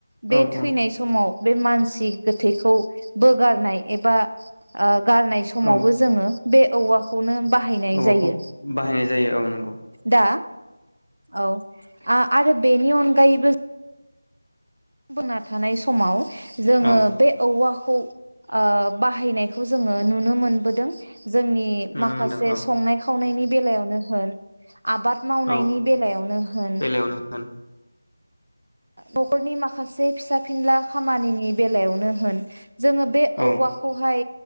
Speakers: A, on the right (about 65°); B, on the left (about 70°).
A: बे
B: औ
A: थैनाय
B: औ
A: समाव बे मानसि गोथैखौ बोगारनाय एबा ओ गारनाय समावबो
B: औ
A: जोङो बे औवाखौनो बाहायनाय
B: औवाखौ
A: जायो
B: बाहायनाय जायो औ नंगौ।
A: दा औ आरो बेनि अनगायैबो बुंना थानाय समाव जोङो
B: औ
A: बे औवा खौ बाहायनायखौ जोङो नुनो मोनबोदों। जोंनि
B: नुनो
A: माखासे
B: मोनदों औ
A: संनाय खावनायनि बेलायावनो होन आबाद मावनायनि
B: औ
A: बेलायावनो होन
B: बेलायावनो होन
A: न'खरनि माखासे फिसा फिनला खामानिनि बेलायावनो होन जोङो बे
B: औ
A: औवाखौहाय